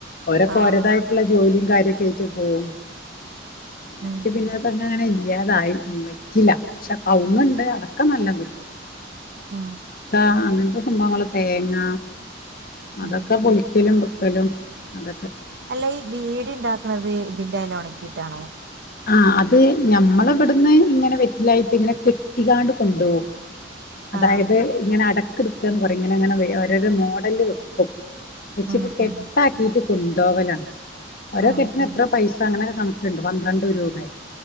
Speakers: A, on the left; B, on the right.
A: ഒരെക്കെ
B: ആഹ്
A: ഓരതായിട്ടുള്ള ജോലിയും കാര്യം കേ യിട്ട് പോവും പിന്നങ്ങട്ട്
B: ഉം
A: പിന്നെ
B: ഉം
A: തങ്ങനെ ഇല്ലാ ദായി വെറ്റില ക്ഷേ കവുങ്ങ് ഉണ്ട് അടക്ക നല്ലോ കിട്ടും
B: ഉം
A: ആ അങ്ങനത്തെ സംഭവങ്ങൾ തേങ്ങ അതൊക്കെ
B: ഉം
A: പൊളിക്കലും തലും അത
B: അല്ല ഈ വീഡി ണ്ടാക്കുന്നത് ഇതിന്റെല ഒണക്കി റ്റാണോ
A: ആ അത് ഞമ്മളിവിടുന്ന് ഇങ്ങനെ വെറ്റിലയായിട്ട് ഇങ്ങനെ കെട്ടിക്കാണ്ട് കൊണ്ടുപോവും. അതായത്
B: ആഹ്
A: ഇങ്ങനെ അട ക്ക് എടുക്കാന്നുപറയും ഇങ്ങനങ്ങനെ ഓരോരോ മോഡല് വെക്കു. വെച്ചിട്ട്
B: ഉം
A: കെട്ടാക്കിട്ട്
B: ഉം
A: കൊണ്ടോവലാ ഓരോ
B: ഉം
A: കെട്ടിന്
B: ഉം
A: എത്ര പൈസ അങ്ങനെ കണക്കുണ്ട്. പന്ത്രണ്ട് രൂപയാ.